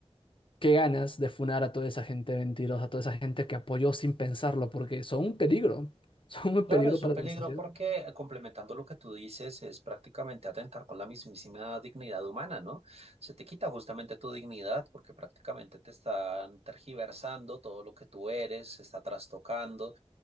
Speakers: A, on the left (about 55°); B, on the right (about 75°).
A: qué ganas de funar a toda esa gente mentirosa, a toda esa gente que apoyó sin pensarlo, porque son un peligro, <laughs> son un
B: Claro,
A: peligro
B: es
A: para
B: un peligro
A: la sociedad.
B: porque eh, complementando lo que tú dices, es prácticamente atentar con la mismísima dignidad humana, ¿no? Se te quita justamente tu dignidad porque prácticamente te están tergiversando todo lo que tú eres, se está trastocando